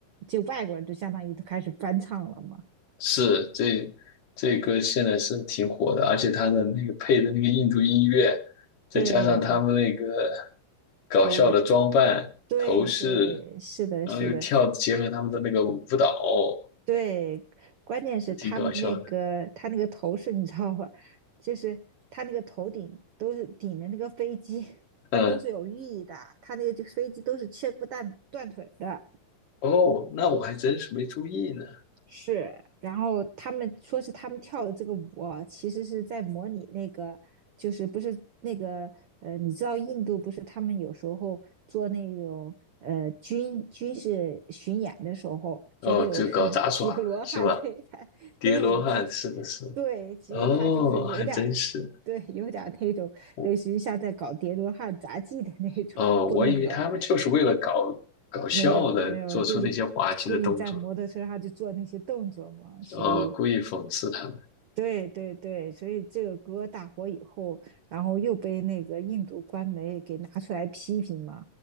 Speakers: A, on the right (about 80°); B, on the left (about 70°).
A: 就外国人就相当于都开始翻唱了嘛。
B: 是这这歌现在是挺火的，而且他的那个配的那个印度音乐，再加上他们那个
A: 对，
B: 搞笑的装扮、
A: 头对对，
B: 头饰，
A: 是的，
B: 然后又跳，
A: 是的，
B: 结合他们的那个舞蹈，
A: 对，关键是他们那个他那个头饰你知道吧？
B: 挺搞笑的。
A: 就是他那个头顶都是顶的那个飞机，<laughs>
B: 嗯，
A: 都是有寓意的。他那个这飞机都是切不断断腿的。
B: 哦，那我还真是没注意呢。
A: 是，然后他们说是他们跳的这个舞啊，其实是在模拟那个，就是不是那个呃，你知道印度不是他们有时候做那种呃军军事巡演的时候，
B: 哦，
A: 就会有
B: 就搞杂耍是吧？
A: <laughs> 叠罗汉，对，他对，
B: 叠罗汉是的是的
A: 其实对，其实他就是有点儿，
B: 哦，还真是
A: 对，有点儿那种类似于像在搞叠罗汉杂技的那种风格，
B: 我，哦，我以为他们就是为了搞搞笑的，
A: 没有没有，
B: 做出那些滑稽的动作，
A: 就是故意在摩托车上就做那些动作嘛，所以。
B: 哦，故意讽刺他们。
A: 对对对，所以这个歌大火以后，然后又被那个印度官媒给拿出来批评嘛，